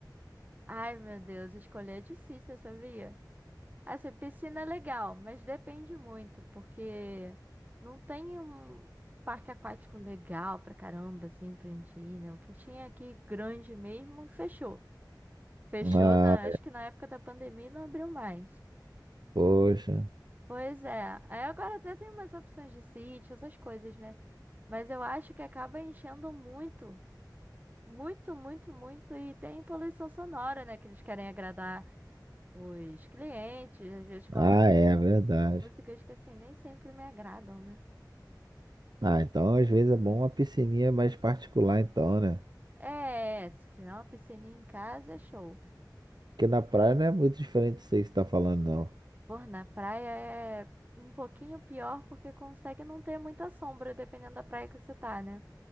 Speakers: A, on the right; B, on the right.
A: Ai, meu Deus, escolher é difícil, sabia? Assim, piscina é legal, mas depende muito, porque não tem um um parque aquático legal pra caramba, assim, pra gente ir, né? O que tinha aqui grande mesmo, fechou. Fechou,
B: Ah,
A: na, acho que na época da pandemia não abriu mais.
B: poxa.
A: Pois é, aí agora até tem umas opções de sítio, essas coisas, né? Mas eu acho que acaba enchendo muito, muito, muito, muito, e tem poluição sonora, né? Que eles querem agradar os clientes, às vezes colocam
B: Ah, é verdade.
A: músicas que assim nem sempre me agradam, né?
B: Ah, então às vezes é bom uma piscininha mais particular, então, né?
A: É, se tiver uma piscininha em casa, é show.
B: Porque na praia não é muito diferente disso aí que você tá falando, não.
A: Por na praia é um pouquinho pior porque consegue não ter muita sombra, dependendo da praia que você tá, né?